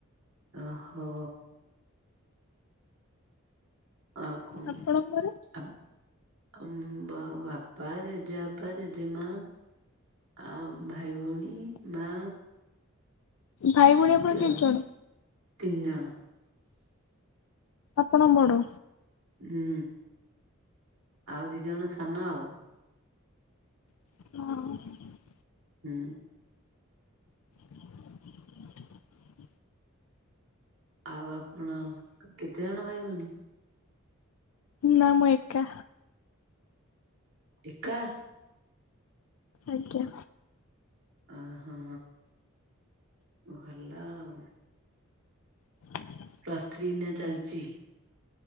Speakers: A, on the right (about 70°); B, on the left (about 80°).
A: ଓହୋ। ଆଉ କଣ
B: ଆପଣଙ୍କର
A: ଆ ଆ ବା ବାପା ଜେଜେବାପା ଜେଜେମା ଆଉ ଭାଇ ଭଉଣୀ ମା
B: ଭାଇ ଭଉଣୀ
A: ଏମିତି
B: ଆପଣ କେତେ
A: ଆଉ
B: ଜଣ
A: ତିନିଜଣ।
B: ଆପଣ ବଡ଼?
A: ହୁଁ ଆଉ ଦିଜଣ ସାନ ଆଉ।
B: ଓହୋ।
A: ହୁଁ।
B: <inaudible>
A: ଆଉ ଆପଣ କେତେଜଣ ଭାଇଭଉଣୀ?
B: ନା ମୁଁ ଏକା।
A: ଏକା?
B: ଆଜ୍ଞା।
A: ଓହୋ ଭଲ ଆଉ।
B: <inaudible>
A: ପ୍ଲସ୍ ଥ୍ରୀ ଏଇନା ଚାଲିଚି?